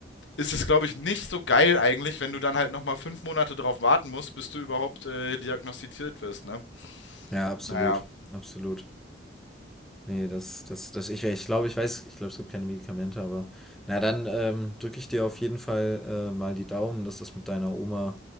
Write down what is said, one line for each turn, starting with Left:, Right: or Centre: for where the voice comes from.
Left: ist es, glaube ich, nicht so geil eigentlich, wenn du dann halt nochmal fünf Monate drauf warten musst, bis du überhaupt äh, diagnostiziert wirst, ne?
Centre: ja, absolut,
Left: Naja,
Centre: absolut. nee das das das ich ich glaube, ich weiß ich glaube, es gibt keine Medikamente, aber na dann, ähm, drücke ich dir auf jeden Fall, äh, mal die Daumen, dass das mit deiner Oma,